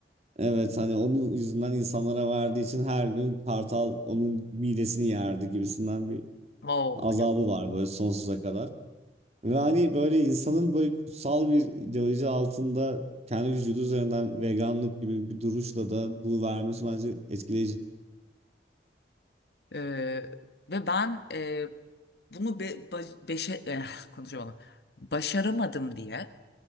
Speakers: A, on the right; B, on the left.
A: evet hani onun yüzünden insanlara verdiği için her gün kartal onun midesini yerdi gibisinden bir
B: Wow.
A: azabı var böyle sonsuza kadar. Ve hani böyle insanın böyle kutsal bir ideoloji altında kendi vücudu üzerinden veganlık gibi bir duruşla da bunu vermesi bence etkileyici.
B: Ee, ve ben e, bunu be, ba- beşe, eh, konuşamadım. Başaramadım diye